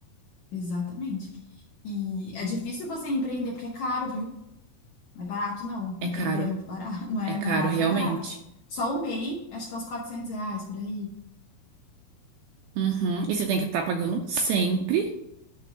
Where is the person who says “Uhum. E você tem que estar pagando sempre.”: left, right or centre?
Right